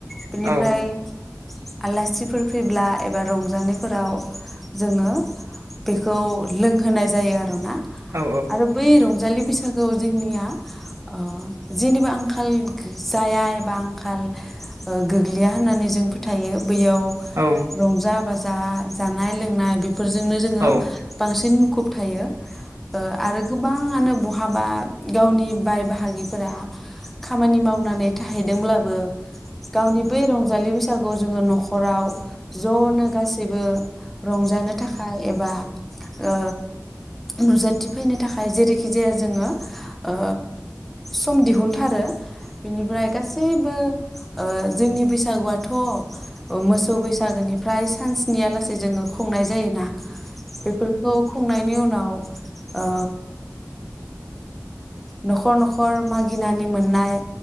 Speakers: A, in the centre; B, on the right (about 60°).
A: बिनिफ्राय
B: औ
A: आलासिफोर फैब्ला एबा रंजानायफोराव जोङो बेखौ लोंहोनाय जायो आरोना
B: औ
A: आरो बै रंजालि बैसागोआव जोंनिया ओ जेनिबो आंखाल जाया एबा आंखाल ओ गोग्लैया होननानै जों फोथायो बैयाव
B: औ
A: रंजा-बाज जा जानाय- लोंनाय बेफ फोरजोंनो जोङो
B: औ औ
A: बांसिन खुब थायो ओ आरो गोबाङानो बहाबा गावनि बाय बाहागिफोरा खामानि मावनानै थाहैदोंब्लाबो गावनि बै रंजालि बैस सागु जोङो न'खराव ज'नो गासैबो रंजानो थाखाय एबा ओ नुजाथिफैनो थाखाय जेरैखि जाया जोङो ओ सम दिहुनथारो बेनिफ्राय गासैबो ओ जोंनि बैसागुआ थ' ओ मोसौ बैसागोनिफ्राय सान स्निया लासेै जोङो खुंनाय जायोना बेफोरखौ खुंनाय नि उनाव ओ न'खर न'खर मागिनानै मोननाय